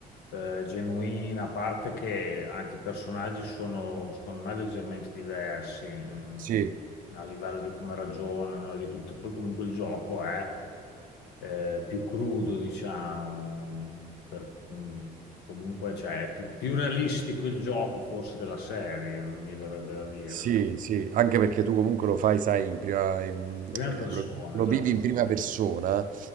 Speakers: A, on the left; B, on the right.
A: eh, genuina, a parte che anche i personaggi sono, secondo me, leggermente diversi mm,
B: Sì,
A: a livello di come ragionano e di tutto. Poi comunque il gioco è eh, più crudo, diciamo, per- mm, comunque cioè, è più, più realistico il gioco forse della serie, non mi verrebbe da dire.
B: sì, sì, anche perché tu comunque lo fai, sai, in prima, in-
A: Prima
B: eh,
A: persona,
B: lo, lo
A: esatto.
B: vivi in prima persona